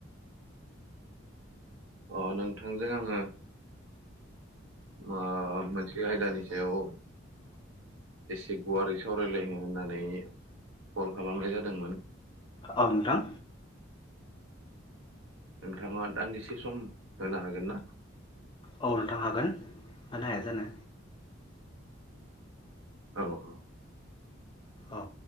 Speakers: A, on the right (about 75°); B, on the left (about 20°).
A: अ नोंथांजों आङो म मोनसे आयदानि सायाव एसे गुवारै सावरायलायनो होननानै कल खालामनाय जादोंमोन।
B: औ नोंथां।
A: नोंथाङा दान्दिसे सम होनो हागोन ना?
B: औ नोंथां हागोन मानो हाया जानो?
A: औ औ
B: औ